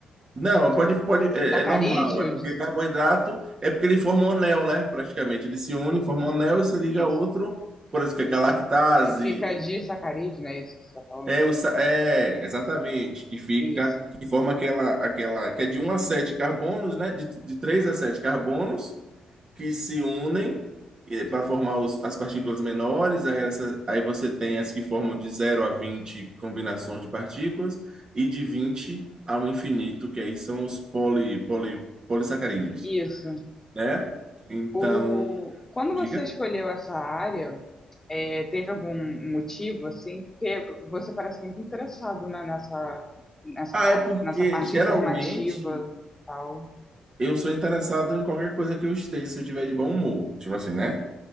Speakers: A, on the right; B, on the left.
A: Não, pode, pode, é,
B: sacarídeo?
A: é normal, é porque
B: Dis-
A: carboidrato é porque ele forma um anel, né? Praticamente. Ele se une, forma um anel e se liga
B: Isso.
A: a outro. Por isso que é galactase,
B: É, fica disacarídeo, não é isso que você está falando?
A: É, o, sa- é, exatamente, que fica,
B: Isso.
A: que forma aquela, aquela, que é de um a 7 carbonos, né? De, de 3 a 7 carbonos, que se unem para formar os- as partículas menores, aí, essa- aí você tem as que formam de zero a vinte combinações de partículas, e de 20 ao infinito, que aí são os poli, poli, polissacarídeos,
B: Isso.
A: né? Então,
B: O... Quando
A: diga.
B: você escolheu essa área, é, teve algum motivo, assim, porque você parece muito interessado, né, nessa, nessa,
A: Ah,
B: para-
A: é porque
B: nessa parte
A: geralmente
B: informativa e tal.
A: Eu sou interessado em qualquer coisa que eu esteja, se eu tiver de bom humor. Tipo assim, né?